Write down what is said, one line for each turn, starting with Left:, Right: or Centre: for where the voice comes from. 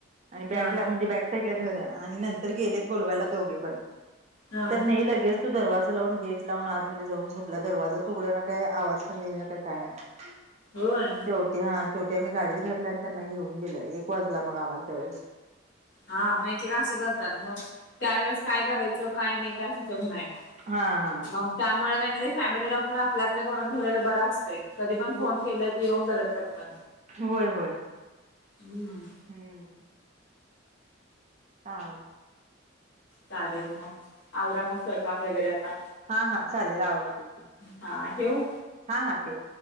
Right: आणि बॅकला
Left: हां
Right: म्हणजे बॅक साईडला घर आहे आणि, नंतर गेलेत बोलवायला दोघे पण,
Left: हां
Right: तर नाही लगेच. तो दरवाजा लावून गेट लावून, आतमध्ये जाऊन झोपला दरवाजाचं उघडान काय आवाज. <unintelligible>
Left: होय.
Right: शेवटी हा शेवटी आम्ही गाडीत घातला, आणि त्यांना घेऊन गेलो एक वाजला मग आम्हाला त्या वेळेस.
Left: हा मै एकेकदा असं करत्यात, मग त्यावेेळेस काय करायचं काय नाही काय सुचत नाही मग.
Right: हा हा.
Left: मग त्यामुळे त्यांनी, फॅमिली डॉक्टर आपले आपले करून ठेवलेल बर असतंय. कधी पण
Right: हो
Left: फोन केला की येऊन झालात पटकन.
Right: होय होय.
Left: हम्म.
Right: हम्म. हा.
Left: चालेल मग, आवरा मग स्वयंपाक वगैरे आता.
Right: हा. हा.. चालेल आवरते की,
Left: हां ठेवू
Right: हा हा ठेव.